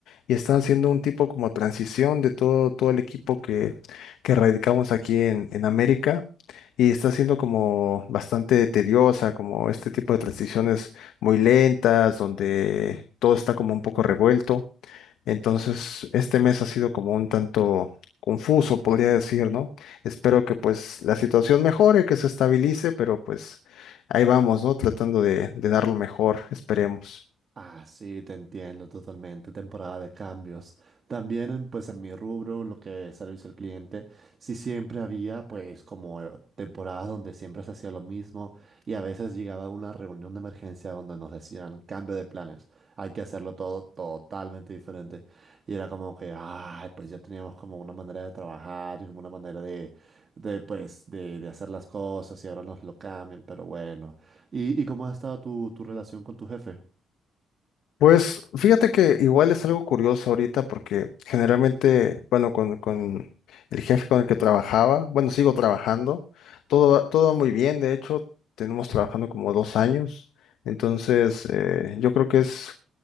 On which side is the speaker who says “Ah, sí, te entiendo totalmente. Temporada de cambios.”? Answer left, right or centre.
Right